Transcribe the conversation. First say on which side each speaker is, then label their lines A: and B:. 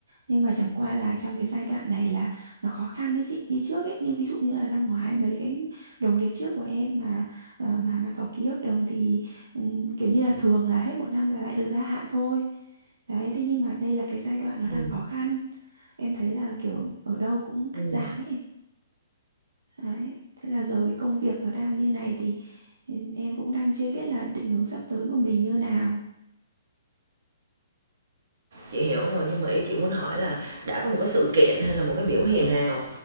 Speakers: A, on the right; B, on the right.
A: nhưng mà chẳng qua là trong cái giai đoạn này là nó khó khăn đấy chị như trước ấy như ví dụ như là năm ngoái mấy cái đồng nghiệp trước của em mà ờ, mà mà có ký hợp đồng thì ừm, kiểu như là thường là hết một năm là lại được gia hạn thôi đấy thế nhưng mà đây là cái giai đoạn nó đang
B: Ừ.
A: khó khăn em thấy là kiểu ở đâu cũng cắt
B: Ừ.
A: giảm ấy Đấy. Thế là giờ cái công việc nó đang như này thì ừ, em cũng đang chưa biết là định hướng sắp tới của mình như nào.
B: Chị hiểu rồi nhưng mà ý chị muốn hỏi là đã có một cái sự kiện hay là một cái biểu hiện nào